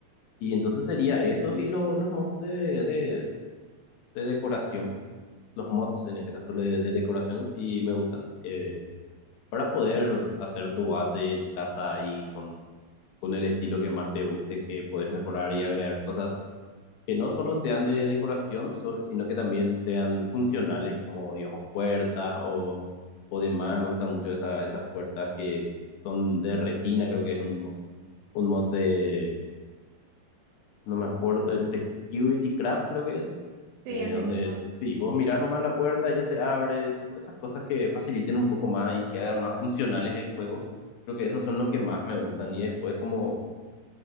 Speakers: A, on the left; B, on the right.
A: Y entonces sería eso y lo- los mods de, de- de decoración, los mods en este caso de, de decoración, sí me gustan, eh, para poder hacer tu base, tu casa y con, con el estilo que más te guste, que puedes mejorar y agregar cosas que no solo sean de decoración, so- sino que también sean funcionales, como digamos puertas o, o demás. Me gustan mucho esa- esas puertas que son de retina, creo que es un mod, un mod de, no me acuerdo, el Security Craft creo que es,
B: Sí,
A: eh,
B: así
A: donde
B: mismo.
A: sí, vos mirás nomás la puerta, ya se abre, tipo esas cosas que faciliten un poco más y que hagan más funcionales el juego. Creo que esos son los que más me gustan. Y después como